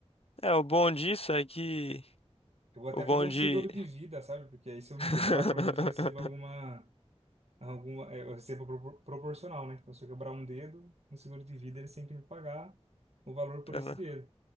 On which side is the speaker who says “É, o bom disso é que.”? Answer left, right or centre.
Left